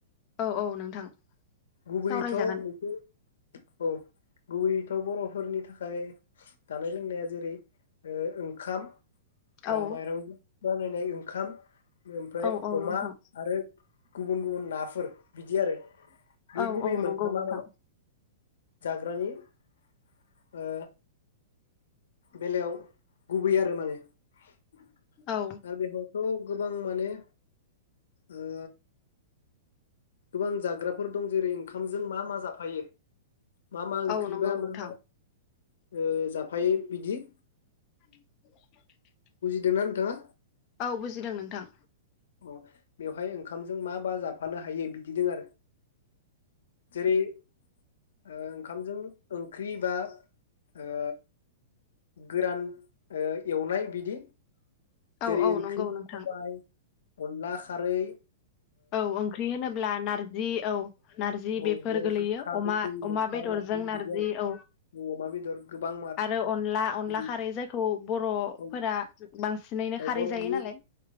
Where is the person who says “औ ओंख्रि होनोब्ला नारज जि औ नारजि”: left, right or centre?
Left